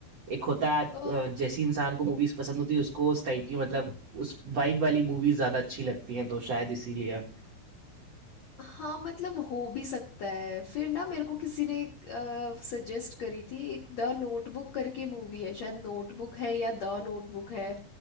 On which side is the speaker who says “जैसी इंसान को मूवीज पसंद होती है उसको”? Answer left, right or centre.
Right